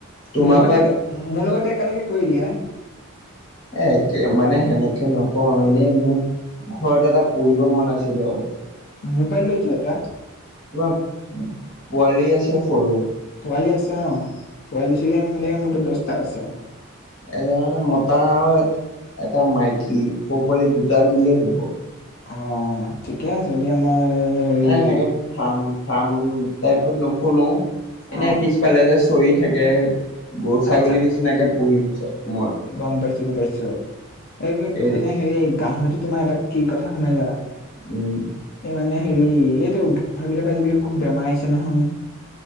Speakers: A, on the left (about 60°); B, on the left (about 45°).
A: তোমাৰ
B: মোৰ লগতে,
A: পৰা
B: মোৰ লগতে ততে একেলগে কৈ দিয়া।
A: একে মানে সেনেকে নকওঁ এনেই মোক ঘৰত এটা পঢ়িব মন আছিল।
B: মমি পাই লৈ যোৱা ত
A: তোমাৰ পোৱালি আছে সৰু
B: পোৱালি আছে অ, পোৱালি চিলাই ম, মো, দস্তটা আছে অ'।
A: এ, মানে মতা আৰু এটা মাইকী ও, সৰু পোৱালি দুটা দিলেই হুব।
B: অ, ঠিকে আছে দিয়া মই হেৰি
A: সেনেকে ফ, ফ, তাইপ নুখোলো এনে
B: অ
A: পিছফালে কৰি থাকে। গৰু, ছাগলীৰ
B: আচ্ছা
A: নিচিনাকে পুহিম চ, মই।
B: গম পাইছো গম পাইছো এইবিলাক
A: এৰি
B: মানে হেৰি গাহৰিতো তোমাৰ এটা কি কথা শুনাই জা
A: উম'
B: মানে হেৰি এইটো সেইবিলাক আজিকালি খুব বেমাৰ আহিছে নহয়।